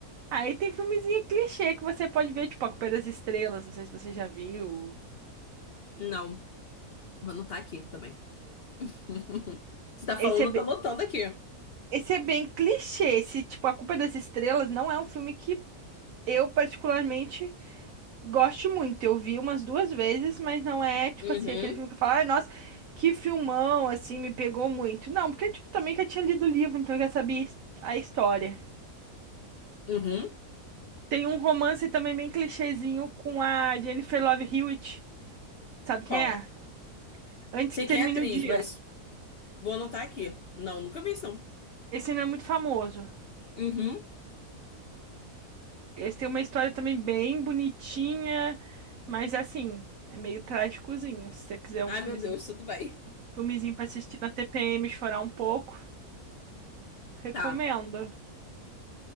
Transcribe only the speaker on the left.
<laughs> Não, vou anotar aqui também. <laughs> Você tá
falando,
eu tô anotando aqui.
Uhum.
Uhum.
Qual?
Sei
quem é a atriz,
mas vou anotar aqui. Não, nunca vi isso, não.
Uhum.
Ai,
meu Deus, tudo bem.
Tá.